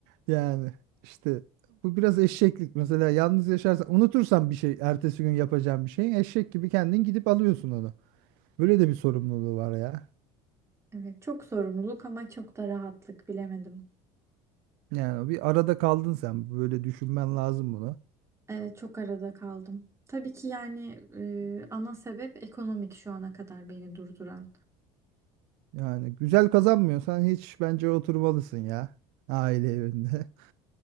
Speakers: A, on the right; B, on the right.
A: Yani işte bu biraz eşeklik. Mesela yalnız yaşarsan unutursan bir şey ertesi gün yapacağın bir şey eşek gibi kendin gidip alıyorsun onu. Böyle de bir sorumluluğu var ya.
B: Evet çok sorumluluk ama çok da rahatlık bilemedim.
A: Yani bir arada kaldın sen böyle düşünmen lazım bunu.
B: Evet çok arada kaldım. Tabii ki yani e, ana sebep ekonomik şu ana kadar beni durduran.
A: Yani güzel kazanmıyorsan hiç bence oturmalısın ya aile evinde. <laughs>